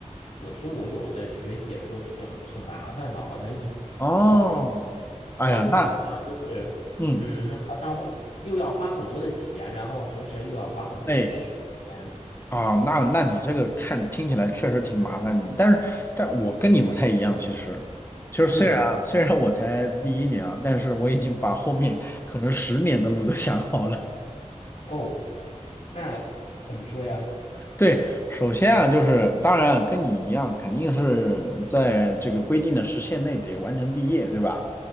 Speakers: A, on the left; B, on the left.
A: 我听我有的学姐说挺挺麻烦的，好像一就是
B: 哦，哎呀，
A: 这怎么讲，
B: 那，
A: 就是嗯，
B: 嗯，
A: 好像又要花很多的钱，然后同时又要花很多的时间。
B: 哎，啊，那那你这个看听起来确实挺麻烦的，但是但我跟你不太一样，其实，其实虽然啊虽然我才第一年啊，
A: 嗯，
B: 但是我已经把后面可能十年的路都想好了。
A: 哦，那怎么说呀？
B: 对，首先啊，就是当然啊跟你一样，肯定是在这个规定的时限内得完成毕业，对吧？